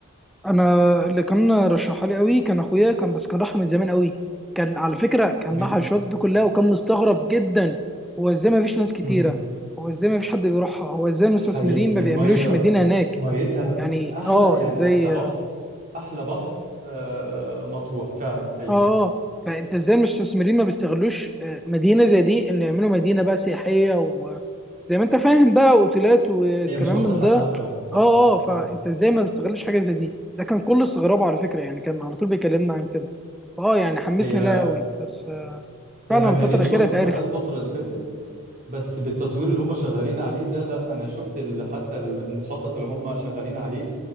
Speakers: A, in the centre; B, on the right.
A: أنا اللي كان رشحها لي قوي كان أخويا كان بس كان راحها من زمان قوي كان على فكرة كان
B: من
A: راح الشواطئ دي كلها وكان مستغرب جدا هو إزاي ما فيش ناس كتيرة؟
B: مم.
A: هو إزاي ما فيش حد بيروحها؟ هو إزاي المستثمرين
B: حقيقي
A: ما بيعملوش
B: المية
A: مدينة هناك؟
B: ميتها
A: يعني
B: احلى
A: اه
B: يعني
A: ازاي
B: احلى بحر احلى بحر آه، مطروح فعلا حقيقي
A: اه اه فانت ازاي المستثمرين ما بيستغلوش آه، مدينه زي دي ان يعملوا مدينه بقى سياحيه وزي ما انت فاهم بقى اوتيلات والكلام
B: هي مش واخدة
A: من
B: حقها
A: ده
B: فعلا صح
A: اه اه فانت
B: صح
A: ازاي ما بيستغلش حاجه زي دي ده كان كل استغرابه على فكره يعني كان على طول بيكلمنا عن كده اه يعني حمسني
B: هي
A: لها قوي بس آه،
B: هي
A: فعلا
B: ما كانتش
A: الفتره الاخيره
B: واخدة
A: اتعرفت
B: حقها الفترة اللي فاتت بس بالتطوير اللي هم شغالين عليه ده لا انا شفت ال- حتى ال- المخطط اللي هم شغالين عليه